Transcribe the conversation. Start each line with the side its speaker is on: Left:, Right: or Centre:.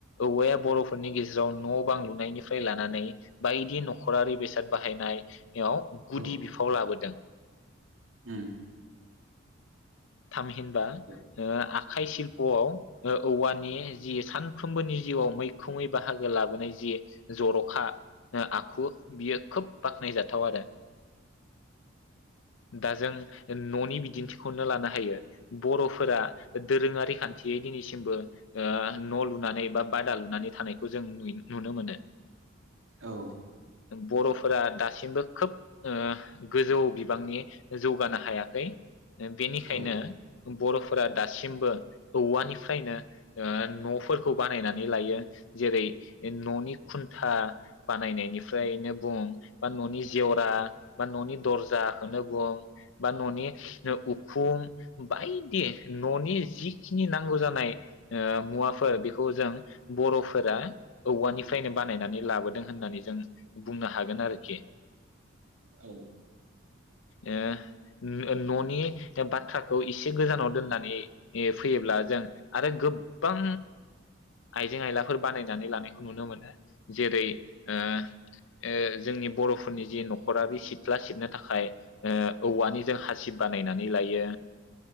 Left: औवाया बर'फोरनि गेजेराव न' बां लुनायनिफ्राय लानानै बायदि न'ख रारि बेसाद बाहायनायाव
Right: औ
Left: गुदि बिफाव लाबोदों।
Right: उम
Left: थामहिनबा
Right: औ
Left: आखाइ सिल्प'आव ओ औवानि जि सानफ्रोमबोनि जिउआव मैखोमै बाहागो लाबोनाय जि जर'खा ओ आखु बियो खोब बाख्नायजाथाव आरो दा जों न'नि बिदिन्थिखौनो लानो हायो बर'फोरा दोरोङारि खान्थियै दिनैसिमबो ओ न' लुनानै बा बादा लुनानै थानायखौ जों नुयो नुनो मोनो।
Right: औ।
Left: बर'फोरा दासिमबो खोब ओ गोजौ बिबांनि जौगानो हायाखै। ओ बेनिखायनो।
Right: औ
Left: बर'फोरा दासिमबो औवानिफ्रायनो ओ न'फोरखौ बानायनानै लायो जेरै न'नि खुन्था बानायनायनि फ्रायनो बुं बा न'नि जेवरा बा न'नि दरजाखौनो बुं बा न'नि ओ उखुम बायदि न'नि जिखिनि नांगौ जानाय ओ मुवाफोर बेखौ जों बर'फोरा औवानिफ्रायनो बानायनानै लाबोदों होननानै जों बुंनो हागोन आरोखि।
Right: औ।
Left: ओ न'-न'नि बाथ्राखौ एसे गोजानाव दोननानै फैयोब्ला जों आरो गोबां आइजें आयलाफोर बानायनानै लानायखौ नुनो मोनो जेरै ओ ओ जोंनि बर'फोरनि जि न'खरारि सिथ्ला सिबनो थाखाय ओ औवानि जों हासिब बानायनानै लायो।